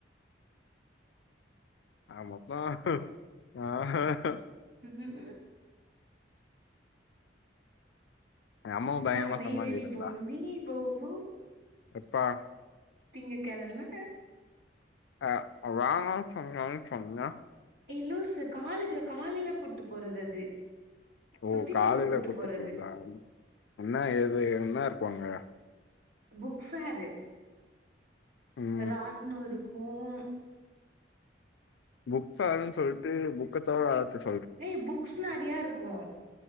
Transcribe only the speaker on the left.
ஆமப்பா <unintelligible>
எங்கம்மாவு பயங்கரமா
சமாளிக் <unintelligible>
ஆ வாங்க சொன்னன் சொன்ன
ஓ
காலையில
கூட்டு
போறத என்ன ஏது என்ன இருக்கும்அங்க
ம்
புக் ஃபேர் னு சொல்லிட்டு புக்க தவர <unintelligible>